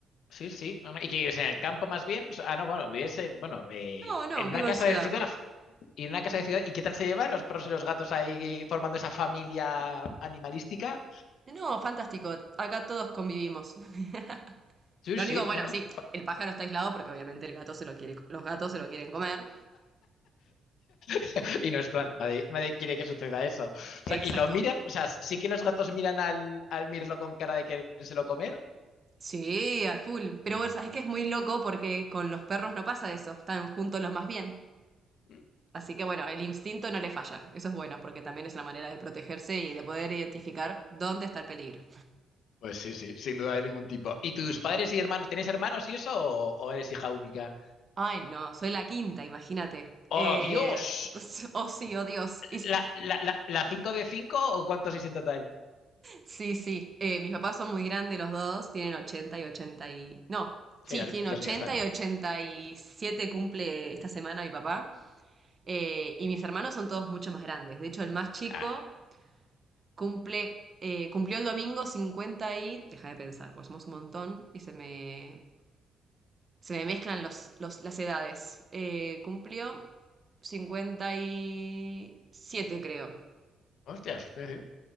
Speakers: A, on the left (about 75°); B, on the right (about 35°).
A: sí, sí. No, no, Y que vives en el campo más bien. O sea, ah, no, bueno, vives en, bueno, eh,
B: No, no,
A: en una
B: vivo
A: casa
B: en ciudad.
A: de ciudad. Y en una casa de ciudad. ¿Y qué tal se llevan los perros y los gatos ahí formando esa familia animalística?
B: No, fantástico. Acá todos convivimos. <laughs>
A: Sí,
B: Lo único,
A: sí,
B: bueno,
A: no, no.
B: sí,
A: fa-
B: el pájaro está aislado porque obviamente el gato se lo quiere, los gatos se lo quieren comer.
A: <laughs> Y no es plan, nadie, nadie quiere que suceda eso. O
B: Exacto.
A: sea, y lo miran, o sea, sí que los gatos miran al, al mirlo con cara de querérselo comer.
B: Sí, a full.
A: Sí,
B: Pero
A: sí.
B: bueno, sabes que es muy loco porque con los perros no pasa eso. Están juntos los más bien.
A: Mm.
B: Así que bueno, el instinto no le falla. Eso es bueno porque también es la manera de protegerse y de poder identificar dónde está el peligro.
A: Pues sí, sí, sin duda de ningún tipo. ¿Y tus padres y hermanos, tienes hermanos y eso o, o eres hija única?
B: Ay, no, soy la quinta, imagínate.
A: ¡Oh,
B: Eh,
A: Dios!
B: <laughs> oh sí, oh Dios. Y s-
A: ¿La, la, la, la 5 de 5 o cuántos hice en total?
B: Sí, sí. Eh, mis papás son muy grandes los dos, tienen 80 y 80 y... No, sí,
A: Sí, los,
B: tienen
A: los
B: 80
A: míos también.
B: y 87 cumple esta semana mi papá. Eh, y mis hermanos son todos mucho más grandes. De hecho, el más chico
A: Ah,
B: cumple, eh, cumplió el domingo 50 y... Deja de pensar, pues somos un montón y se me, se me mezclan los, los- las edades. Eh, cumplió 57 creo.
A: hostias, sí, sí.